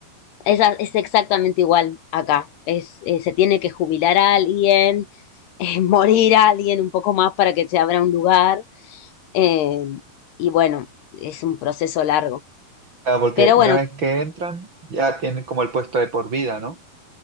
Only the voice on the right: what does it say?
Claro, porque
una
vez que entran ya tienen como el puesto de por vida, ¿no?